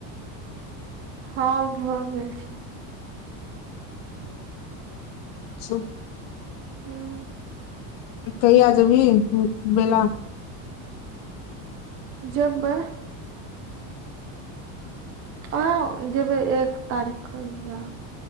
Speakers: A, on the right; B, on the left.
A: हँ भऽ गेल छै। <inaudible>
B: <unintelligible>
A: हुं
B: कहिया जेभी बेला।
A: जेबय उहे जेबै एक तारीख क या